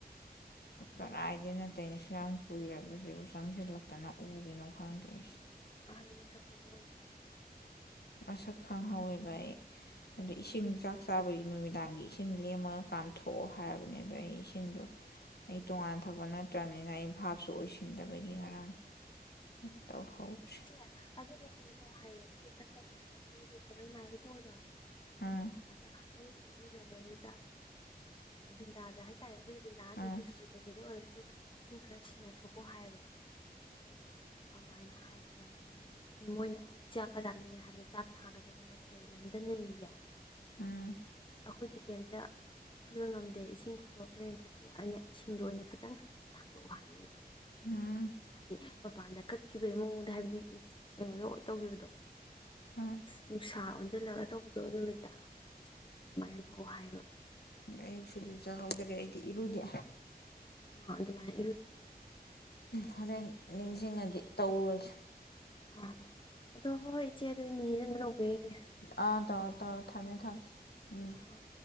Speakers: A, on the left; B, on the left.
A: ꯀꯗꯥꯏꯗ ꯅꯠꯇꯩꯅ ꯁ ꯌꯥꯝ ꯀꯨꯏꯁꯤꯕꯨ ꯆꯪꯁꯤꯜꯂꯛꯇꯅ ꯎꯔꯤꯅꯣ ꯈꯪꯗꯦ ꯑꯩꯁꯦ
B: ꯀꯥꯔꯤ ꯃꯁ ꯐꯅꯕꯗ
A: ꯑꯁꯛ ꯈꯥꯡ ꯍꯥꯎꯏꯕ ꯑꯗ ꯏꯁꯤꯡ ꯆꯥꯛ ꯆꯥꯕꯒꯤ ꯅꯨꯃꯤꯗꯥꯡꯒꯤ ꯏꯁꯤꯡ ꯂꯦꯝꯃꯒ ꯀꯥꯝꯊꯣꯛꯑꯣ ꯍꯥꯏꯔꯕꯅꯤ ꯑꯗꯣ ꯑꯩ ꯏꯁꯤꯡꯗꯣ ꯑꯩ ꯇꯣꯉꯥꯟ ꯊꯛꯄ ꯅꯠꯇ꯭ꯔꯕꯅꯤꯅ ꯑꯩ ꯚꯥꯞꯁꯨ ꯑꯣꯏꯁꯤꯟꯗꯕꯒꯤ ꯉꯔꯥꯡ ꯑꯃ ꯇꯧꯍꯧꯗ꯭ꯔꯦ
B: ꯏꯆꯦ ꯑꯗꯨꯗꯣ ꯀꯩꯅꯣ ꯇꯧ ꯍꯥꯏꯌꯦ ꯑꯩꯈꯣꯏꯗ ꯍꯟꯗꯛ ꯑꯩꯈꯣꯏ ꯏꯕꯣꯏ ꯂꯩꯇꯕꯩꯃꯥꯏꯕꯩ ꯇꯧꯕꯗꯣ
A: ꯎꯝ
B: ꯑꯗ ꯑꯌꯨꯛ ꯌꯦꯨꯖꯕꯗꯨ ꯚꯟꯗꯥꯗ ꯍꯥꯏꯇꯥꯔꯦ ꯑꯩꯈꯣꯏꯖꯤ ꯕꯤꯟꯅꯥꯗꯁꯨ
A: ꯎꯝ
B: ꯁꯨꯖꯗꯕꯗ ꯑꯣꯏꯔꯁꯨ ꯏꯁꯤꯡ ꯈꯔ ꯁꯤꯟꯅꯊꯣꯛꯀꯣ ꯍꯥꯏꯌꯦꯕ ꯑꯗꯨꯃꯥꯏꯅ ꯍꯥꯏꯕ ꯍꯥꯏꯕꯗꯨꯅ ꯃꯣꯏꯅ ꯑꯩꯈꯣꯏ ꯆꯥꯛꯀ ꯆꯥꯅꯤꯡꯉꯦ ꯍꯥꯏꯕꯗꯣ ꯆꯥꯛ ꯊꯥꯒꯗꯕ ꯅꯠꯇꯦ ꯂꯝꯗ ꯅꯩꯌꯦ
A: ꯎꯝ
B: ꯑꯩꯈꯣꯏꯗꯤ ꯀꯩꯝꯇ ꯄꯤꯕ ꯉꯝꯗꯦ ꯏꯁꯤꯡ ꯈꯨꯠꯁꯨ ꯍꯥꯞꯁꯨ ꯑꯣꯏꯅ ꯊꯛꯄꯤꯌꯨ ꯑꯩꯅ ꯏꯁꯤꯡꯗꯣ ꯑꯣꯏꯅ ꯈꯤꯇꯪ ꯊꯥꯗꯣꯛꯑꯣ ꯍꯥꯏꯌꯦ ꯑꯗꯨꯃꯥꯏꯅ
A: ꯎꯝ
B: ꯍꯥꯏꯗꯤ ꯃꯄꯥꯟꯗ ꯀꯠꯈꯤꯕꯒꯤ ꯃꯑꯣꯡꯗ ꯍꯥꯏꯕꯗꯤ ꯀꯩꯅꯣ ꯇꯧꯈꯤꯕꯗꯣ
A: ꯍꯣꯏ
B: ꯅꯨꯡꯁꯥ ꯑꯣꯟꯁꯤꯜꯂꯒ ꯇꯧꯕꯗꯣ ꯅꯨꯃꯤꯠꯇ ꯑꯗꯨꯃꯥꯏꯅ ꯇꯧ ꯍꯥꯏꯕ
A: ꯑꯌꯨꯛꯁꯨ ꯂꯨꯖꯍꯧꯗ꯭ꯔꯦ ꯑꯩꯗꯤ ꯏꯔꯨꯗꯦ
B: ꯑ ꯑꯗꯨ
A: ꯍꯣꯔꯦꯟ ꯅꯤꯡꯁꯤꯡꯉꯗꯤ ꯇꯧꯔꯁꯤꯦ
B: ꯑ ꯑꯗꯣ ꯍꯣꯏ ꯆꯦ ꯑꯗꯨꯗꯤ ꯅꯧꯕꯤꯒꯤꯒꯦ
A: ꯑꯥ ꯇꯧꯔꯣ ꯇꯧꯔꯣ ꯊꯝꯃꯦ ꯊꯝꯃꯦ ꯎꯝ
B: ꯍꯣꯏ